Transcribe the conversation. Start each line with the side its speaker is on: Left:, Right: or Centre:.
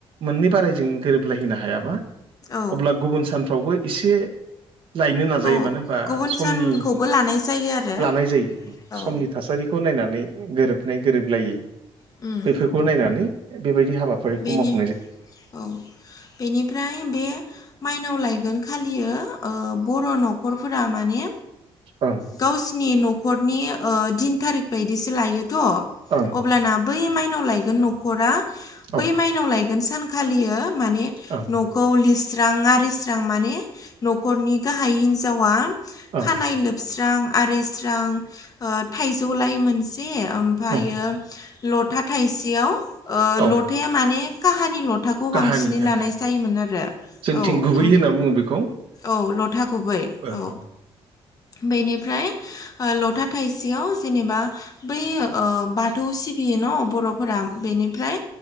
Right: मोननै बाराय जों गोरोबलायहैनो हायाबा।
Left: औ
Right: अब्ला गुबुन सान फावबो एसे लायनो नाजायो
Left: औ
Right: मानो होनबा
Left: गुबुन
Right: समनि
Left: सानखौबो लानाय जायो आरो
Right: लानाय जायो।
Left: औ
Right: समनि थासारि खौ नायनानै गोरोबनाय गोरोबलायै
Left: उम
Right: बेफोरखौ नायनानै। बेबायदि हाबाफारिखौ
Left: बेनि
Right: मावफु
Left: औ बेनिफ्राय बे माइनाव लायगोन खालियो ओ बर' नख'र फोरा माने
Right: ओं
Left: गावसिनि न'खरनि ओ दिन थारिख बायदिसो लायो थ'
Right: ओं
Left: अब्लाना बै माइनाव लायगोन न'खरा बै
Right: औ
Left: माइनाव लायगोन सो सानखालियो माने
Right: ओं
Left: न'खौ लिसो स्रां आरि स्रां माने न'खरनि गाहाय हिन्जावा
Right: ओं
Left: खानाय लोबस स्रां आरिस्रां ओ थाइजौलाय मोनसे ओमफायो
Right: ओं
Left: लथा थाइसेयाव
Right: औ
Left: बे माने काहानि लथाखौ
Right: काहानि
Left: बांसिनै लानाय
Right: ओं
Left: जायोमोन आरो
Right: जोंथिं
Left: औ
Right: गुबै
Left: ओम
Right: होनना बुङो बेखौ
Left: औ लथा गुबै
Right: ओं
Left: औ। बेनिफ्राय लथा थाइसेयाव जेनेबा बै ओ बाथौ सि बियो न बर'फोरा बेनिफ्राय